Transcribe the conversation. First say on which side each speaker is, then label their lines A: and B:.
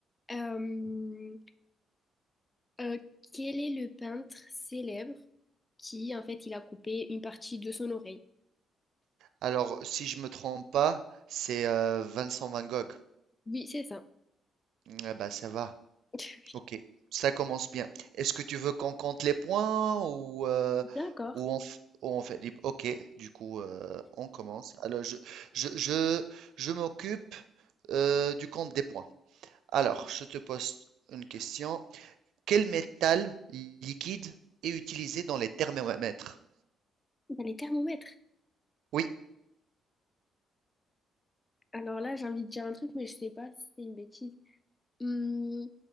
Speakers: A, on the left; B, on the right.
A: euh, euh, quel est le peintre célèbre qui, en fait, il a coupé une partie de son oreille?
B: Alors, si je me trompe pas, c'est euh, Vincent Van Gogh.
A: Oui, c'est ça.
B: Ah bah, ça va.
A: <laughs>
B: Ok, ça commence bien. Est-ce que tu veux qu'on compte les points ou, euh,
A: D'accord.
B: ou on, f- ou on fait... libre Ok, du coup, euh, on commence. Alors, je, je, je, je m'occupe euh, du compte des points. Alors,
A: Dans
B: je te pose une question. Quel métal liquide est utilisé dans les thermomètres?
A: les thermomètres.
B: Oui,
A: Alors là, j'ai envie de dire un truc, mais je sais pas si c'est une bêtise. Hum,